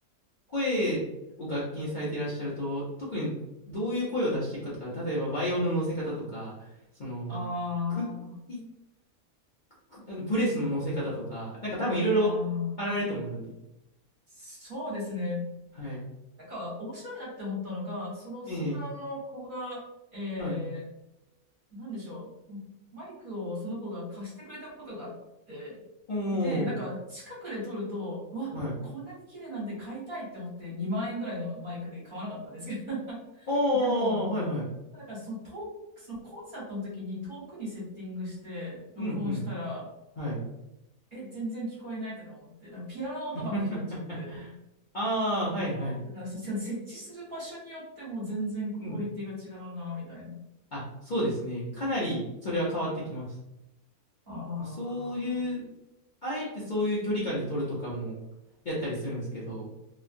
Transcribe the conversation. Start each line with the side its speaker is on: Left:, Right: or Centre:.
Left: 声を楽器にされていらっしゃると、特にどういう声を出していくかとか、例えばバイオの乗せ方とか、その、
Right: あー、
Left: く、い、く、あのブレスの乗せ方とか、なんか多分いろいろあられると思うんですよね。
Right: あー、そうですね。
Left: はい。
Right: なんか面白いなって思ったのが、そのソプラノの子が、
Left: ええ、
Right: え
Left: はい。
Right: ー、なんでしょう、マイクをその子が貸してくれたことがあって、
Left: お
Right: で、なんか近くで撮ると、
Left: ー、
Right: うわ、
Left: はい。
Right: こんなに綺麗なんて買いたいって思って2万円ぐらいのマイクで買わなかったんですけど。<laughs>
Left: おー、
Right: でも、
Left: はいはい。
Right: なんかその遠く、そのコンサートの時に遠くにセッティングして録音したら、
Left: うん、うん。はい。
Right: え、全然聞こえないとか思って、なんかピアノの音ばっか拾っちゃって。
Left: <laughs> ああ、はいはい。
Right: あーだからそう、せ設置する場所によっても全然クオリティが違うな、
Left: うん。
Right: みたいな。
Left: あ、そうですね。かなりそれは変わってきます。
Right: ああ、
Left: そういう、あえてそういう距離感で撮るとかもやったりするんですけど、